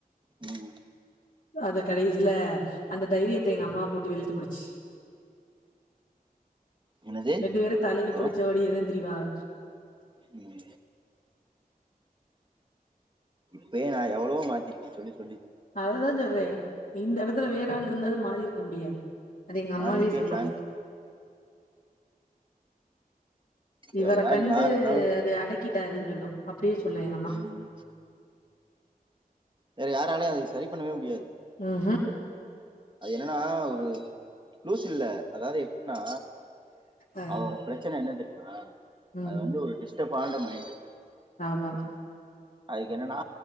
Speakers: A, on the right; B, on the left.
A: ம்
B: அது கடைசில அந்த தைரியத்த எங்க அம்மா போட்டு வெழுத்துபுடுச்சு
A: என்னது
B: ரெண்டு பேரு தலைய
A: ஹலோ
B: புடிச்சபடியேதா திரிவாங்க
A: ம் இப்பயே நா எவ்ளவோ மாத்திருக்கே சொல்லி சொல்லி
B: அததா சொல்றே இந்த எடத்துல வேறாள்ருந்தா அது மாறியிருக்க முடியாது அது எங்க அம்மாவே
A: யாருக்கே
B: சொல்லு
A: சான்ஸ்
B: இவர
A: வேற யாரு
B: கண்டு
A: யார் இருந்தாலு
B: அது அடக்கிட்டாருன் சொல்லு அப்டியே சொல்லு எங்கம்மா
A: ம் வேற யாராலுமே அதய சரி பண்ணவே முடியாது
B: ம்ஹூம்
A: அது என்னன்னா ஒரு லூஸ் இல்ல அதாது எப்டினா
B: அ
A: அவ பிரச்சன என்ன தெரியுமா
B: ம்
A: அது வந்து ஒரு டிஸ்டர்ப் ஆன்ட மைண்டு
B: தாவா
A: அதுக்கு என்னனா